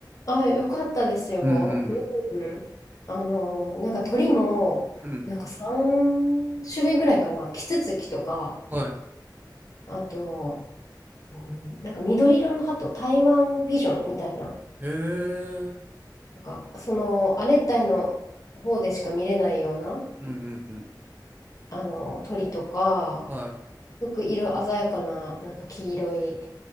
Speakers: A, on the left (about 45°); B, on the right (about 25°).
A: あ、よかったですよ。
B: うんうん
A: うん。あのなんか鳥も、
B: うん。うん。
A: なんか3種類ぐらいかな、キツツキとか、
B: はい。
A: あと、うん、なんか緑色の鳩、台湾ピジョンみたいな、
B: へえ。
A: なんかその亜熱帯の方でしか見れないような
B: うんうんうん。
A: あの鳥とか、
B: はい。
A: すごく色鮮やかな、なんか黄色い、